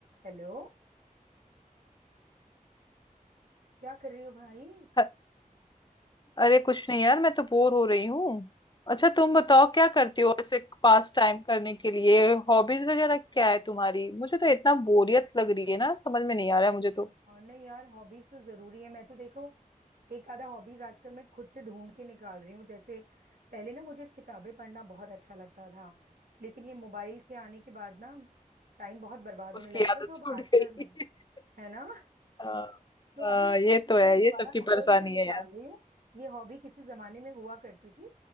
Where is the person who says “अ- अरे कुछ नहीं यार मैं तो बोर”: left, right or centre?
Left